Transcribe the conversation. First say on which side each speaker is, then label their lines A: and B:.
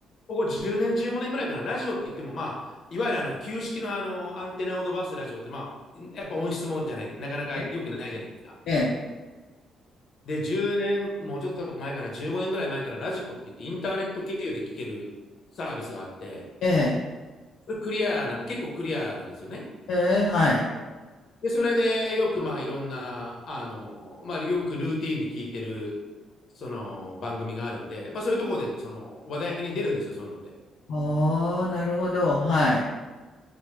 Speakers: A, on the left (about 55°); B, on the left (about 75°).
A: ここ10年、15年ぐらいからラジオって言っても、まあ、いわゆるあの旧式のあのアンテナを伸ばすラジオって、まあ、やっぱ音質もじゃない、なかなか良くないじゃないですか。
B: ええ。
A: で、10年、もうちょっと前かな、15年ぐらい前からラジコって言って、インターネット経由で聞けるサービスがあって、
B: ええ。
A: それクリアなん、結構クリアなんですよね。
B: ええ、はい。
A: で、それでよくまあいろんな、あの、まあよくルーティーンで聞いてる、その番組があるんで、やっぱそういうところでその話題に出るんですよ、そういうのって。
B: ああ、なるほど。はい。